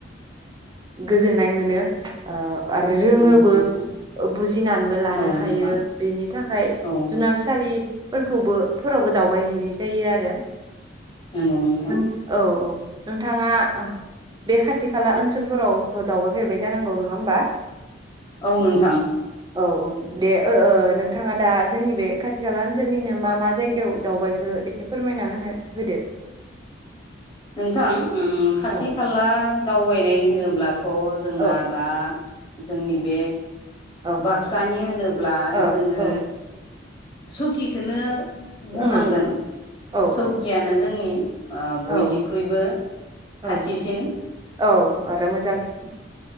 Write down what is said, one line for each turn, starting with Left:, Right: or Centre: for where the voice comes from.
Right: गोजोननाय मोनो आरो रोङोबो
Left: नंगौ नोंथां
Right: बुजिनानैबो लानो
Left: औ
Right: हायो
Left: नोंथां
Right: बेनि थाखाय
Left: औ
Right: जुनारसालि। फोरखौबो फोरावबो दावबायहैनाय जायो आरो।
Left: नंगौ नोंथां
Right: नों औ औ नोंथाङा ओह। बे खाथि खाला ओनसोलफोरावथ' दावबायफेरबाय जानांगौ नङा होमबा?
Left: औ नों
Right: औ औ दे ओ ओ नों। नोंथाङा दा जोंनि बे खाथि खाला ओनसोलनिनो मा मा जायगायाव दावबायखौो एसे फोरमायना होनो होदो <inaudible>
Left: नोंथां खाथि
Right: औ
Left: खाला दावबायनाय होनोब्ला थ' जोंना
Right: औ
Left: दा जोंनि बे
Right: औ
Left: बाक्सानि होनोब्ला
Right: औ
Left: जोङो
Right: औ
Left: सुकिखौ बुंनांगोन
Right: औ औ औ
Left: सौकियानो जोंनि
Right: औ
Left: बयनिख्रुइबो खाथिसिन
Right: औ औ आरो मोजांसि।